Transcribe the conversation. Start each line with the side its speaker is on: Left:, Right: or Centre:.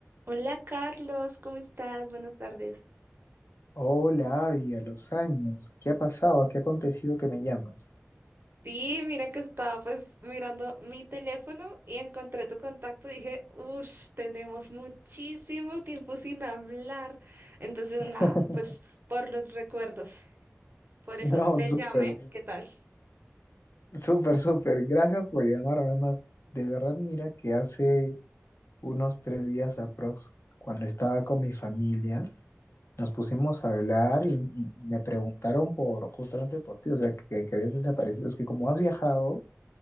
Right: Hola Carlos, ¿cómo estás? Buenas tardes.
Left: Hola, Abby, a los años. ¿Qué ha pasado? ¿Qué ha acontecido que me llamas?
Right: Sí, mira que estaba pues mirando mi teléfono y encontré tu contacto y dije, uff, tenemos muchísimo tiempo sin hablar. Entonces,
Left: <laughs>
Right: nada, pues por los recuerdos. Por eso
Left: No,
Right: te
Left: súper,
Right: llamé,
Left: sú-
Right: ¿qué tal?
Left: súper, súper. Gracias por llamarme más. De verdad, mira que hace unos tres días aprox, cuando estaba con mi familia, nos pusimos a hablar y, y- y me preguntaron por justamente por ti, o sea, que, que habías desaparecido. Es que como has viajado,